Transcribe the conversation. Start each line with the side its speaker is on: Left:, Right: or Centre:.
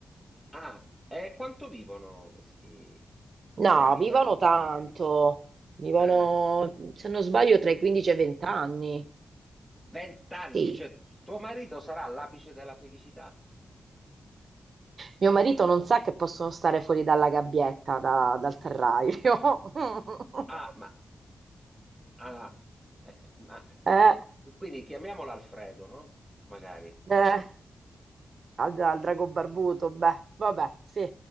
Centre: ah, e quanto vivono questi
Right: No,
Centre: draghi
Right: vivono
Centre: barbuti?
Right: tanto, vivono,
Centre: Eh,
Right: se non sbaglio, tra i 15 e i 20 anni.
Centre: vent'anni,
Right: Sì.
Centre: cioè tuo marito sarà all'apice della felicità.
Right: Mio marito non sa che possono stare fuori dalla gabbietta, da- dal terrario. <laughs>
Centre: Ah, ma Ah, eh, ma, eh,
Right: Eh,
Centre: quindi chiamiamola Alfredo, no? Magari.
Right: eh, al, al drago barbuto, beh, vabbè, sì,